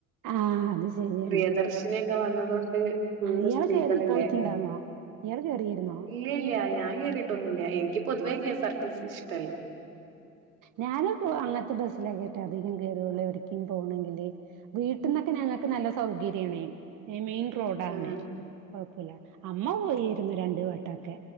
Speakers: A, on the right (about 50°); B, on the right (about 85°).
A: ആഹ് അത് ശരിയാണ്
B: പ്രിദർശിനിയൊക്കെ വന്നതോണ്ട് ഫുള്ള്
A: ആഹ് ഇയാള്
B: സ്ത്രീകളല്ലേ
A: കേറി പോയിട്ടുണ്ടായിരുന്നോ? ഇയാള് കേറിരുന്നോ
B: ഇല്ല ഇല്ല ഞാൻ കേറിട്ടൊന്നുല്ല എനിക്ക്യ് പൊതുവേ K S R T C ഇഷ്ട
A: ഞാനുപ്പൊ അങ്ങത്തെ ബസ്സിലൊക്കേട്ടൊ അധികം കേറൊള്ളൂ എവിട്ക്കേം പോവണങ്കില് വീട്ട്ന്നൊക്കെ ഞങ്ങക്ക് നല്ല സൗകര്യാണെ ഏഹ് മെയിൻ റോഡാണ്
B: ഉം
A: കൊഴപ്പല്ല അമ്മ പോയിര്ന്ന് രണ്ട് വട്ടൊക്കെ